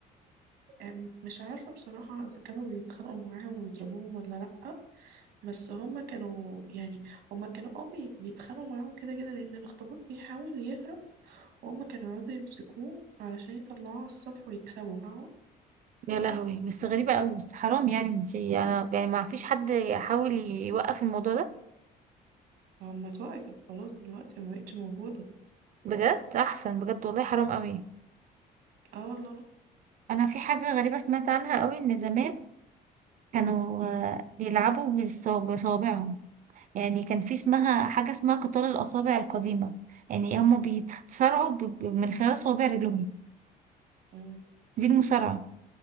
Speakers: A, on the right; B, on the right.
A: أم- مش عارفة بصراحة إذا كانوا بيتخانقوا معاهم وبيضربوهم ولا لأ بس هما كانوا يعني هما كانوا اه بي- بيتخانقوا معاهم كده كده لأن الأخطبوط بيحاول يهرب وهما كانوا يقعدوا يمسكوه علشان يطلعوه على السطح ويكسبوا فاهمة
B: يا لهوي بس غريبه قوي بس حرام يعني انت انا يعني ما فيش حد يحاول يوقف الموضوع ده
A: هما اتوقفت خلاص دلوقتي مبقتش موجودة
B: بجد احسن بجد والله حرام قوي
A: اه والله
B: انا في حاجه غريبه سمعت عنها قوي ان زمان كانوا آه، بيلعبوا بالصو- بصوابعهم يعني كان في اسمها حاجة اسمها قتال الأصابع القديمة يعني هم بيتصارعوا ب- ب- من خلال صوابع رجلهم
A: مم.
B: دي المصارعة